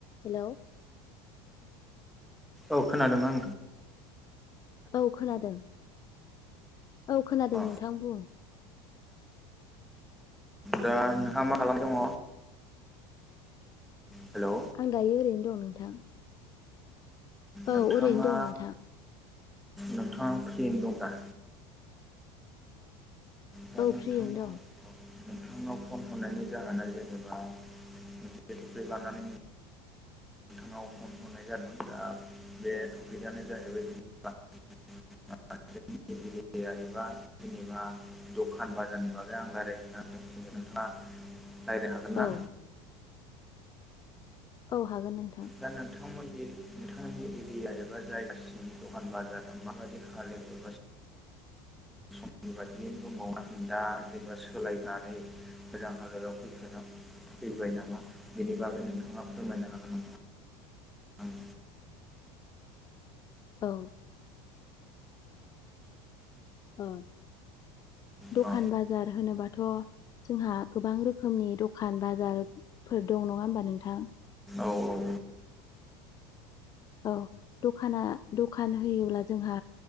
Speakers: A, on the left; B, in the centre.
A: हेल'
B: औ खोनादोंनां
A: औ खोनादों औ खोनादों
B: अ
A: नोंथां बुं
B: दा नोंहा मा खालाम दङ हेलौ
A: आं दायो ओरैनो दं नोंथां औ
B: नोंथाङा
A: ओरैनो दं नोंथां
B: नोंथाङा फ्रियैनो दं दा दा
A: औ
B: नोंथांनाव
A: फ्रियैनो दं
B: ओ नोंथांनाव फन हरनायनि जाहोना जेनेबा <unintelligible> लानानै नोंथाङाव फन हरनाय जादोंमोन दा बे टपिकआनो जाहैबाय जों <unintelligible> जेनेबा दखान बाजारनि बागै आं रायज्लायहैनो नागिरदोंथ नोंथाङा रायज्लाय हागोन ना
A: औ औ हागोन नोंथां
B: दा नोंथांमोननि नोंथांनि एरिया एबा जायगासिम दखान बाजारा माबायदि हालद <inaudible> समनि बादियैनो दंबावो ना गैला जोङो सोलायनानै मोजां हालोदआव फैखोना माखो फैबाय नामा बेनि बागै नोंथाङा फोरमायनो हागोन नामा ओं
A: औ ओ दखान
B: अ
A: बाजार होनोबाथ' जोंहा गोबां रोखोमनि दखान बाजारफोर दं नङा होमबा नोंथां
B: औ औ
A: औ दखाना दखान होयोब्ला जोंहा